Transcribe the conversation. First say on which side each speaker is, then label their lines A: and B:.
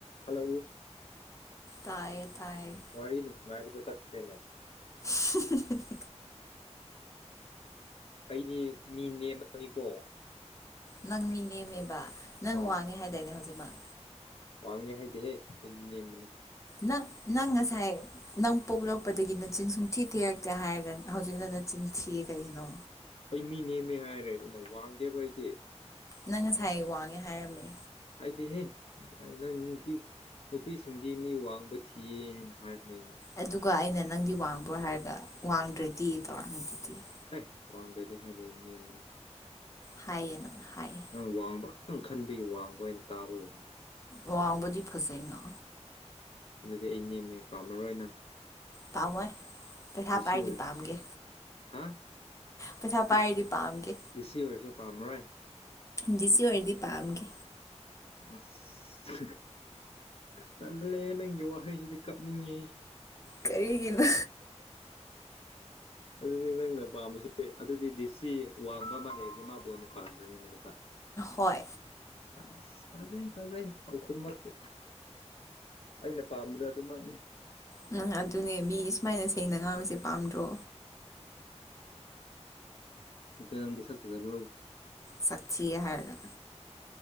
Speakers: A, on the left; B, on the left.
A: Hello
B: ꯇꯥꯏꯌꯦ ꯇꯥꯏꯌꯦ
A: ꯋꯥꯔꯤ ꯅꯨꯡꯉꯥꯏꯕꯗ ꯆꯠꯈ꯭ꯔꯦꯅꯦ
B: <inaudible>
A: ꯑꯩꯗꯤ ꯃꯤ ꯅꯦꯝꯃꯅꯤꯀꯣ
B: ꯅꯪ ꯃꯤ ꯅꯦꯝꯃꯦꯕ ꯅꯪ
A: ꯍꯣꯏ
B: ꯋꯥꯡꯉꯦ ꯍꯥꯏꯗꯥꯏꯅꯦ ꯍꯧꯖꯤꯛꯃꯛ
A: ꯋꯥꯡꯉꯦ ꯍꯥꯏꯗꯤꯍꯦ ꯑꯩꯗꯤ ꯅꯦꯝꯕꯅꯦ
B: ꯅꯪ ꯅꯪꯉꯁꯥꯏ ꯅꯪ ꯄꯣꯛꯂꯛꯄꯗꯒꯤ ꯅꯆꯤꯟ ꯁꯨꯡꯊꯤ ꯊꯤꯔꯛꯇꯦ ꯍꯥꯏꯔꯒ ꯍꯧꯖꯤꯛꯅ ꯅꯆꯤꯟ ꯊꯤ ꯀꯅꯣ
A: ꯑꯩ ꯃꯤ ꯅꯦꯝꯃꯦ ꯍꯥꯏꯔꯦ ꯑꯩꯅ ꯋꯥꯡꯗꯦꯕ ꯑꯩꯗꯤ
B: ꯅꯪ ꯉꯁꯥꯏ ꯑꯩ ꯋꯥꯡꯉꯦ ꯍꯥꯏꯔꯝꯃꯤ
A: ꯍꯥꯏꯗꯦ ꯍꯦ ꯀꯇꯥꯏ ꯅꯪ ꯅꯨꯄꯤꯁꯤꯡꯗꯤ ꯃꯤ ꯋꯥꯡꯕ ꯊꯤꯌꯦ ꯍꯥꯏꯅ ꯍꯥꯏꯕꯅꯦ ꯑꯩꯅ
B: ꯑꯗꯨꯒ ꯑꯩꯅ ꯅꯪꯗꯤ ꯋꯥꯡꯕ꯭ꯔꯣ ꯍꯥꯏꯔꯒ ꯋꯥꯡꯗ꯭ꯔꯦꯗꯤ ꯇꯧꯔꯝꯃꯤꯗꯨꯗꯤ
A: ꯍꯦ ꯋꯥꯡꯗ꯭ꯔꯗꯤ ꯍꯥꯏꯗꯤ ꯑꯩ ꯅꯦꯝꯕꯅꯤ
B: ꯍꯥꯏꯌꯦ ꯅꯪ ꯍꯥꯏꯌꯦ
A: ꯅꯪ ꯋꯥꯡꯕ ꯈꯛꯇꯪ ꯈꯟꯕꯤꯌ ꯋꯥꯡꯕ ꯑꯣꯏꯅ ꯇꯥꯕ ꯑꯣꯏꯕꯅꯤ
B: ꯋꯥꯎꯕꯗꯤ ꯐꯖꯩꯅ
A: ꯑꯗꯨꯗꯤ ꯑꯩ ꯅꯦꯝꯃꯦ ꯄꯥꯝꯂꯔꯣꯏ ꯅꯪ
B: ꯄꯥꯝꯃꯣꯏ ꯄꯩꯁꯥ
A: ꯗꯤꯁꯤ
B: ꯄꯥꯏꯔꯗꯤ
A: ꯑꯣꯏ
B: ꯄꯥꯝꯒꯦ
A: ꯍꯥ
B: ꯄꯩꯁꯥ
A: ꯗꯤ-
B: ꯄꯥꯏꯔꯗꯤ ꯄꯥꯝꯒꯦ
A: ꯗꯤꯁꯤ ꯑꯣꯏꯔꯁꯨ ꯄꯥꯝꯃꯔꯣꯏ
B: ꯗꯤ ꯁꯤ ꯑꯣꯏꯔꯗꯤ ꯄꯥꯝꯒꯦ
A: ꯑꯁ ꯇꯜꯂꯦ ꯅꯪꯒꯤ ꯋꯥꯍꯩꯁꯤꯗꯤ ꯀꯞꯅꯤꯡꯉꯤ
B: ꯀꯔꯤꯒꯤꯅꯣ
A: ꯑꯗꯨꯗꯤ ꯅꯪꯅ ꯄꯥꯝꯕꯁꯤ ꯑꯗꯨꯗꯤ ꯗꯤꯁꯤ ꯋꯥꯡꯕ ꯃꯥ ꯂꯩꯗꯤ ꯃꯥꯕꯨ ꯑꯣꯏꯅ ꯄꯥꯝꯒ꯭ꯔꯅꯤꯅꯦ ꯂꯨꯀꯥ
B: ꯍꯣꯏ
A: ꯑꯁ ꯐꯖꯩ ꯐꯖꯩ ꯄꯥꯈꯨꯝꯃꯛꯇꯤ ꯑꯩꯅ ꯄꯥꯝꯕꯗ ꯑꯗꯨꯃꯛꯅꯤ
B: ꯎꯝ ꯑꯗꯨꯅꯦ ꯃꯤ ꯁꯨꯃꯥꯏꯅ ꯁꯦꯡꯅ ꯉꯥꯡꯕꯁꯦ ꯄꯥꯝꯗ꯭ꯔꯣ
A: ꯅꯪꯗꯤ ꯁꯛ ꯐꯖꯕ꯭ꯔꯣ
B: ꯁꯛ ꯊꯤ ꯍꯥꯏꯔꯒ